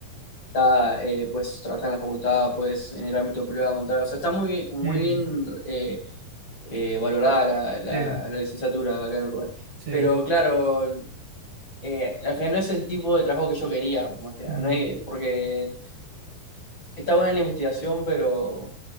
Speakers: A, on the left; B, on the right.
A: ah, eh, pues, trabajar en la facultad, pues, en el ámbito privado, montar, o sea, está muy, bien- como muy
B: Mm,
A: bien eh, eh, valorada la, la-
B: sí,
A: la licenciatura acá en Uruguay.
B: sí.
A: Pero, claro, eh, al final no es el tipo de trabajo que yo quería, más que nada,
B: Mm,
A: no es porque Está buena la investigación, pero,